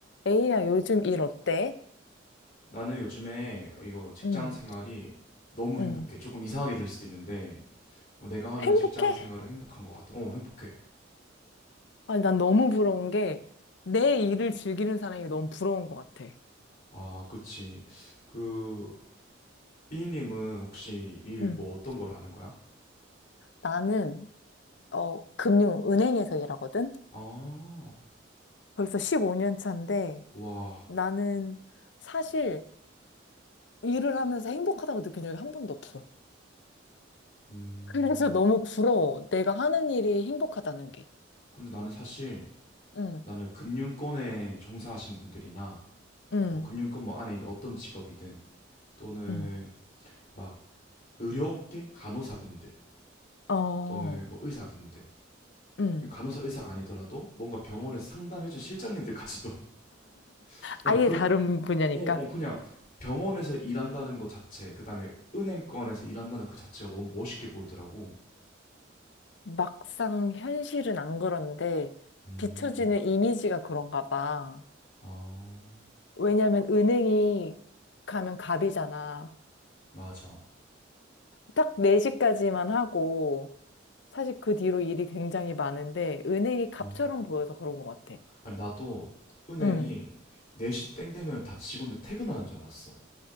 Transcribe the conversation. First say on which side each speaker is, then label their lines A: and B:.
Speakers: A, on the left; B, on the left.
A: A야, 요즘 일 어때?
B: 나는 요즘에 이거 직장
A: 응,
B: 생활이 너무
A: 응.
B: 행복해. 조금 이상하게 들릴 수도 있는데, 어, 내가 하는
A: 행복해?
B: 직장 생활은 행복한 것 같아. 어, 행복해.
A: 아니, 난 너무 부러운 게, 내 일을 즐기는 사람이 너무 부러운 것 같아.
B: 아, 그렇지. 그, b 님은 혹시 일
A: 응.
B: 뭐 어떤 걸 하는 거야?
A: 나는, 어, 금융, 은행에서 일하거든?
B: 아,
A: 벌써 15년 차인데
B: 와,
A: 나는 사실 일을 하면서 행복하다고 느낀 적이 한 번도 없어.
B: 음.
A: 그래서 너무 부러워. 내가 하는 일이 행복하다는 게.
B: 근데 나는 사실,
A: 응,
B: 나는 금융권에 종사하시는 분들이나,
A: 응,
B: 뭐 금융권 뭐 안에 있는 어떤 직업이든, 또는
A: 응.
B: 막 의료 업계 간호사분들,
A: 어,
B: 또는 뭐 의사분들,
A: 응.
B: 간호사 의사가 아니더라도 뭔가 병원에서 상담해준 실장님들까지도 <laughs> 나는
A: 아예
B: 그런
A: 다른 분야니까.
B: 어, 어 그냥 병원에서 일한다는 것 자체 그다음에 은행권에서 일한다는 그 자체가 너무 멋있게 보이더라고
A: 막상 현실은 안 그런데
B: 음,
A: 비춰지는 이미지가 그런가 봐.
B: 아,
A: 왜냐면 은행이 가면 갑이잖아.
B: 맞아.
A: 딱 4시까지만 하고 사실 그 뒤로 일이 굉장히 많은데 은행이 갑처럼
B: 어.
A: 보여서 그런 것 같아.
B: 아니, 나도 은행이
A: 응.
B: 4시 땡 되면 다 직원들 퇴근하는 줄 알았어.